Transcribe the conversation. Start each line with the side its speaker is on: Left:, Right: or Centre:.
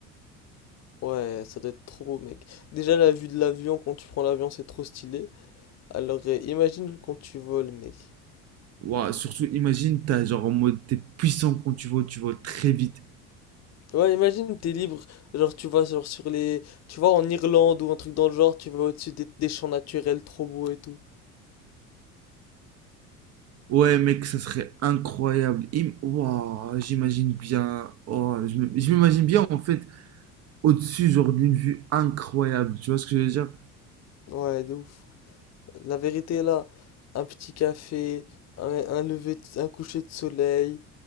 Left: Ouais, ça doit être trop beau, mec. Déjà, la vue de l'avion, quand tu prends l'avion, c'est trop stylé. Alors, euh, imagine quand tu voles, mec.
Right: Ouah, surtout, imagine, t'as genre en mode, t'es puissant quand tu voles, tu voles très vite.
Left: Ouais, imagine, t'es libre, genre tu vas genre sur les... Tu vas en Irlande ou un truc dans le genre, tu vas au-dessus des, des champs naturels trop beaux et tout.
Right: Ouais, mec, ça serait incroyable. Im- Ouah, j'imagine bien. Oh, je me- je m'imagine bien en fait au-dessus, genre, d'une vue incroyable. Tu vois ce que je veux dire?
Left: Ouais, de ouf. La vérité est là, un petit café, un, un lever, de- un coucher de soleil,